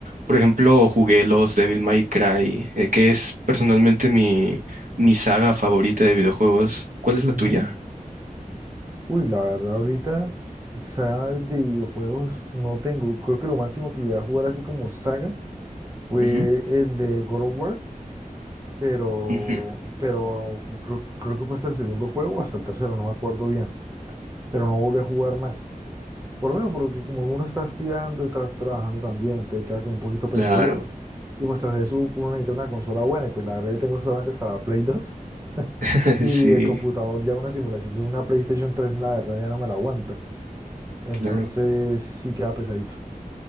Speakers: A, on the right; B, on the right.
A: por ejemplo, jugué los Devil May Cry, eh, que es personalmente mi, mi saga favorita de videojuegos. ¿Cuál es la
B: ujú.
A: tuya?
B: Uy, la verdad, ahorita, saga de videojuegos no tengo. Creo que lo máximo que llegué a jugar así como saga fue
A: Ujú,
B: el de God of War pero,
A: ujú,
B: pero creo, creo que fue hasta el segundo juego, hasta el tercero, no me acuerdo bien, pero no volví a jugar más. Por lo menos porque como uno está estudiando y tras- trabajando también, entonces queda como un poquito pesadito.
A: Claro,
B: Y pues tras de eso uno necesita una consola buena y pues la verdad yo tengo solamente hasta la Play dos
A: <laughs>
B: y
A: sí,
B: el computador ya una simulación de una PlayStation 3 la verdad ya no me la aguanta. Entonces
A: claro.
B: sí queda pesadito.